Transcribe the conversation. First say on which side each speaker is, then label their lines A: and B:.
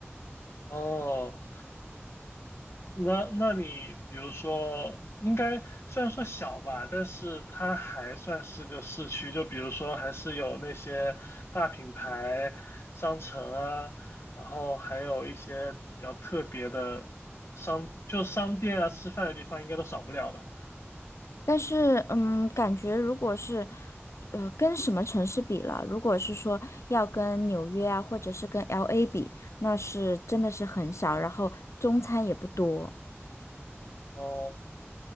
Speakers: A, on the left; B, on the left.
A: 哦，那那你比如说，应该虽然说小吧，但是它还算是个市区，就比如说还是有那些大品牌商城啊，然后还有一些比较特别的商，就商店啊，吃饭的地方应该都少不了吧？
B: 但是，嗯，感觉如果是，呃，跟什么城市比了？如果是说要跟纽约啊，或者是跟 LA 比，那是真的是很少，然后中餐也不多，
A: 哦